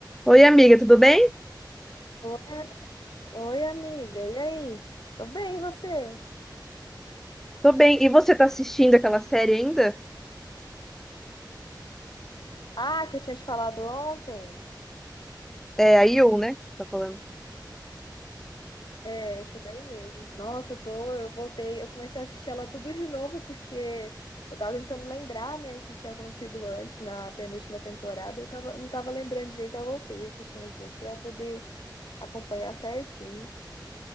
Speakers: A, in the centre; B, on the left.
A: Oi, amiga, tudo bem?
B: Oi, oi, amiga. E aí? Tô bem, e você?
A: Tô bem. E você tá assistindo aquela série ainda?
B: Ah, que eu tinha te falado ontem.
A: É a You, né? que Você tá falando.
B: É, essa daí mesmo. Nossa, eu tô, eu voltei, eu comecei a assistir ela tudo de novo porque eu tava tentando lembrar, né, o que tinha acontecido antes na penúltima temporada. Eu tava, não tava lembrando direito, eu voltei assistindo tudo pra poder acompanhar certinho.